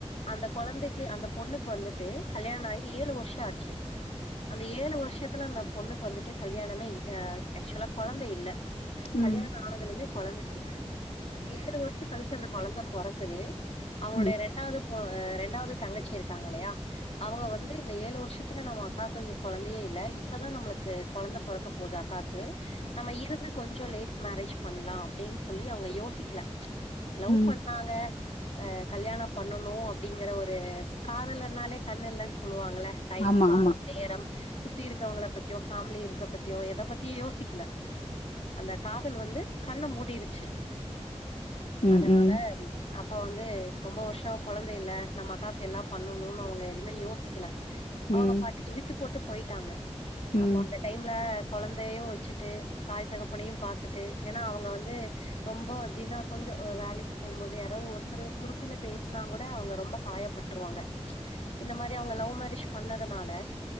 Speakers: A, on the left (about 65°); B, on the left (about 80°).
A: அந்த குழந்தைக்கு அந்த பொண்ணுக்கு வந்துட்டு கல்யாணோ ஆகி ஏழு வருஷோ ஆச்சு அந்த ஏழு வருஷத்துல அந்த பொண்ணுக்கு வந்துட்டு கல்யாணமே அ ஆக்சுலா குழந்த இல்ல
B: ம்
A: கல்யாண ஆனதுதலிருந்தே குழந்த இல்ல அந்த ஏழு வருஷ கழிச்சு அந்த குழந்த பொறக்குது அவனுடய
B: ம்
A: இரண்டாவது உ அ இரண்டாவது தங்கச்சி இருக்காங்க இல்லையா அவங்க வந்து இந்த ஏழு வருஷத்துல நம்ம அக்காக்கு குழந்தையே இல்ல இப்பதா நம்மளுக்கு குழந்த பெறக்க போது அக்காக்கு நம்ம இருந்து கொஞ்சோ லேட் மேரேஜ் பண்ணலா அப்டின்னு சொல்லி அவங்க யோசிக்கல லவ்
B: ம்
A: பண்ணாங்க அ கல்யாணோ பண்ணணு அப்டிங்கிற ஒரு காதல்ஆனாலே கண் இல்லன்னு சொல்லுவாங் ங்கள டைம்
B: ஆமா
A: கால்
B: ஆமா
A: நேரம் சுத்தி இருக்கவங்கள பத்தியோ ஃபேமிலி இருக்க பத்தியோ எத பத்தியு யோசிக்கல அந்த காதல் வந்து கண்ண மூடிருச்சு
B: ம்
A: அதனால
B: ம்
A: அப்ப வந்து ரொம்ப வருஷோ குழந்த இல்ல நம்ம அக்காவுக்கு எல்லா பண்ணணும்னு அவுங்க எதுமே யோசிக்கல
B: ம்
A: அவுங்க பாட்டுக்கு விட்டு போட்டு போய்ட்டாங்க
B: ம்
A: அப்போ அந்த
B: ம்
A: டைம்ல குழந்தையு வச்சுட்டு தாய் தகப்பனையு பாத்துட்டு ஏன்னா அவங்க வந்து ரொம்ப எப்டின்னா கொஞ்சோ வேலைக்கு போகும்போது யாராவது ஒருத்தர் சுருக்குன்னு பேசினா கூட அவுங்க ரொம்ப காயப்பட்ருவாங்க இந்த மாரி அவங்க லவ் மேரேஜ் பண்ணதுனால